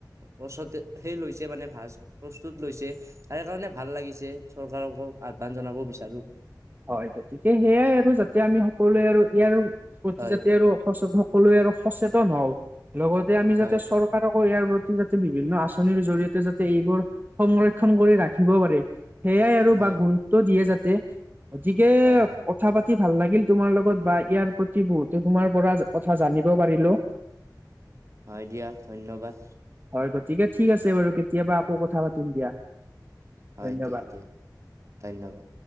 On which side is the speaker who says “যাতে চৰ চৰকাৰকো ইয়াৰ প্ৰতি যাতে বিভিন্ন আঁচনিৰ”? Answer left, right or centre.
Right